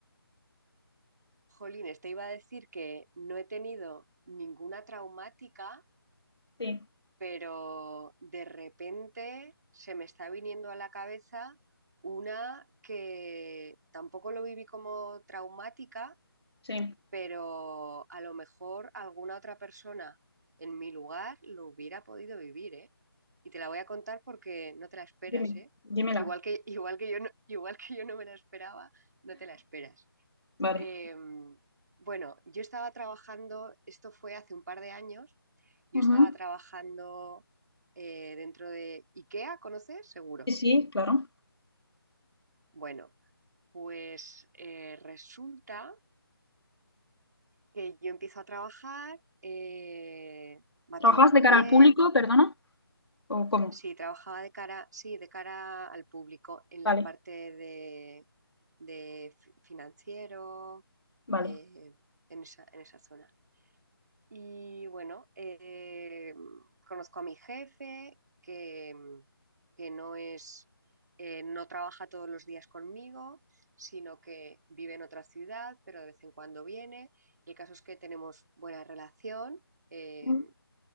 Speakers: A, on the right; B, on the left.
A: Jolín, te iba a decir que no he tenido ninguna traumática
B: sí,
A: pero de repente se me está viniendo a la cabeza una que tampoco lo viví como traumática,
B: sí.
A: pero a lo mejor alguna otra persona en mi lugar lo hubiera podido vivir, ¿eh? Y te la voy a contar porque no te la esperas,
B: Dime,
A: ¿eh?
B: dímela.
A: Igual que, <laughs> igual que yo no, igual que yo no me la esperaba, no te la esperas.
B: Vale.
A: Eh, bueno, yo estaba trabajando, esto fue hace un par de años, yo
B: ujú.
A: estaba trabajando eh, dentro de IKEA, ¿conoces? Seguro.
B: Sí, sí, claro.
A: Bueno, pues eh, resulta que yo empiezo a trabajar, eh, va
B: trabajas
A: todo muy
B: de cara
A: bien.
B: al público, perdona? ¿O cómo?
A: Sí, trabajaba de cara, sí, de cara al público en
B: Vale,
A: la parte de, de fi- financiero,
B: vale.
A: eh, en esa, en esa zona. Y bueno, eh, conozco a mi jefe, que, mm, que no es, eh, no trabaja todos los días conmigo, sino que vive en otra ciudad, pero de vez en cuando viene. el caso es que tenemos buena relación, eh,
B: Mm,